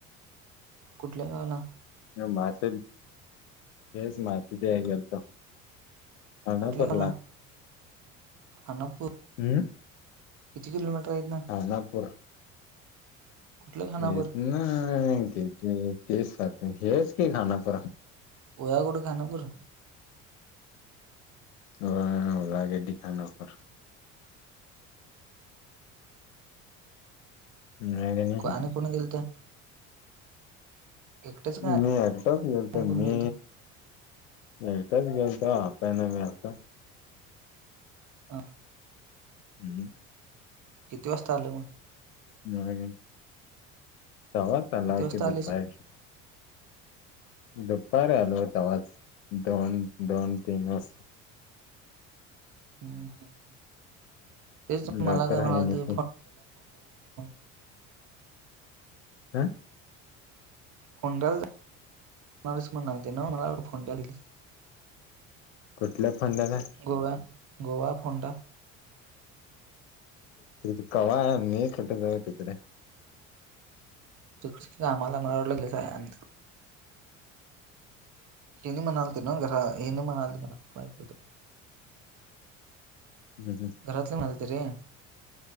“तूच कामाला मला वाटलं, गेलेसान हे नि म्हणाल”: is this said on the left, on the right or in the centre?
Right